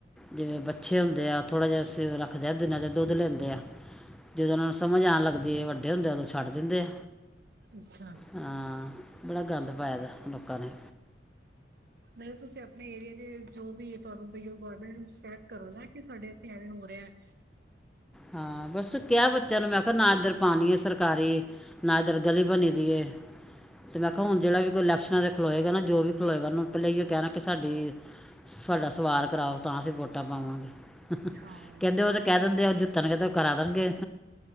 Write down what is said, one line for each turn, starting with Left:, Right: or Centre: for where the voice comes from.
Centre: ਜਿਵੇਂ ਬਛੇ ਹੁੰਦੇ ਆ ਥੋੜ੍ਹਾ ਜਿਹਾ ਸ ਰੱਖਦੇ ਆ ਦਿਨਾਂ ਚ ਦੁੱਧ ਲੈਂਦੇ ਆ ਜਦੋਂ ਉਹ ਨੂੰ ਸਮਝ ਆਣ ਗੇ ਵੱਡੇੁੰਦੇ ੱੜ ਦਿੰਦੇ ਆ
Right: ਅੱਛਾ
Centre: ਹਾਂ ਬੜਾ ਗੰਦ ਪਾਇ ਦਾ ਲੋਕਾਂ ਨੇ
Right: ਨਹੀਂ ਤੁਸੀਂ ਆਪਣੇ ਏਰੀਏ ਤੇ ਜੋ ਵੀ ਹੈ ਤੁਹਾਨੂੰ ਪਈ ਉਹ ਗੌਰਰਮੈਂਟ ਕਰੋ ਨਾ ਕਿ ਸਾਡੇ ਇੱਥੇ ਐਵੇਂ ਹੋ ਰਿਹਾ ਹੈ
Centre: ਹਾਂ ਬਸ ਕ ਬੱਚਿਆਂ ਨੂੰ ਮੈਂ ਕਿਹਾ ਨਾਦਰਰ ਪਾਣੀ ਹੈ ਸਰਕਾਰੀ ਨਾ ਇੱਧਰ ਗਲੀ ਬਣੀ ਦੀ ਹੈ ਤੇ ਮੈਂ ਕਿਹਾ ਹੁ ਜਿਹੜਾ ਵੀ ਕੋ ਇਲੈਕਸ਼ ਦੇ ਖਲਏਗਾ ਨਾ ਜੋ ਵੀ ਖਲੋਏਗਾ ਉਹਨ ਪਹਿਲ ਕਹਿਣਾ ਕਿ ਸਾਡੇ ਸਾਡਾ ਸਵਾਰ ਕਰਾਓ ਤਾਂ ਅਸੀਂ ਵੋਟਾਂ ਪਾਵਾਂਗੇ
Right: ਹਾਂ,
Centre: ਕਹਿੰਦੇ ਉਹ ਤੇ ਕਹਿ ਦਿੰਦੇ ਆ ਤਨ ਤਾਂ ਕਰਾ ਦੇਣਗੇ